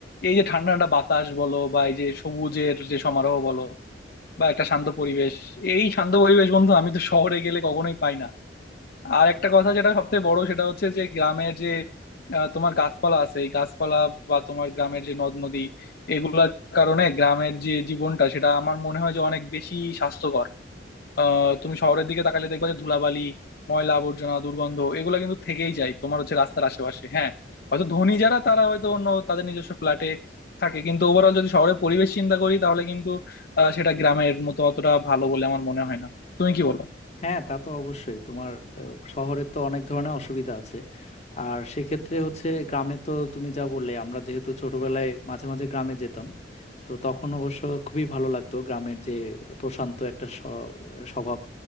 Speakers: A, on the left (about 55°); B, on the left (about 40°).
A: এই যে ঠান্ডা ঠান্ডা বাতাস বলো বা এই যে সবুজের যে সমারোহ বলো বা একটা শান্ত পরিবেশ এই শান্ত পরিবেশ বন্ধু আমি তো শহরে গেলে কখনোই পাই না আর একটা কথা যেটা সবথেকে বড় সেটা হচ্ছে যে গ্রামের যে আহ, তোমার গাছপালা আছে এই গাছপালা বা তোমার গ্রামের যে নদ নদী এগুলার কারণে গ্রামের যে জীবনটা সেটা আমার মনে হয় যে অনেক বেশি স্বাস্থ্যকর আহ তুমি শহরের দিকে তাকালে দেখবা যে ধুলাবালি ময়লা আবর্জনা দুর্গন্ধ এগুলো কিন্তু থেকেই যায় তোমার হচ্ছে রাস্তার আশেপাশে হ্যাঁ হয়তো ধনী যারা তারা হয়তো অন্য তাদের নিজস্ব ফ্ল্যাটে থাকে কিন্তু ওভারঅল যদি শহরের পরিবেশ চিন্তা করি তাহলে কিন্তু আহ, সেটা গ্রামের মতো অতটা ভালো বলে আমার মনে হয় না তুমি কি বলো
B: হ্যাঁ তা তো অবশ্যই তোমার আহ, শহরে তো অনেক ধরনের অসুবিধা আছে আর সেক্ষেত্রে হচ্ছে গ্রামে তো তুমি যা বললে আমরা যেহেতু ছোটবেলায় মাঝে মাঝে গ্রামে যেতাম তো তখন অবশ্য খুবই ভালো লাগতো গ্রামের যে প্রশান্ত একটা স- স্বভাব